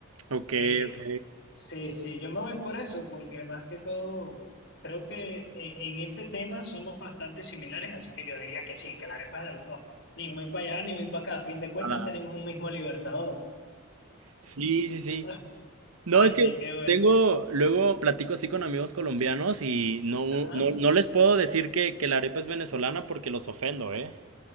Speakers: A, on the right; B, on the left.
A: Ok,
B: Eh,
A: ok.
B: sí, sí, yo me voy por eso, porque más que todo creo que en, en ese tema somos bastante similares, así que yo diría que sí, que la arepa es de los dos. Ni muy para allá, ni muy para acá. A fin de cuentas
A: A la-
B: tenemos un mismo libertador.
A: Sí, sí, sí.
B: <laughs>
A: No,
B: Así
A: es que
B: que bueno,
A: tengo, luego platico así con amigos colombianos y no,
B: ajá.
A: no, no les puedo decir que, que la arepa es venezolana porque los ofendo, ¿eh?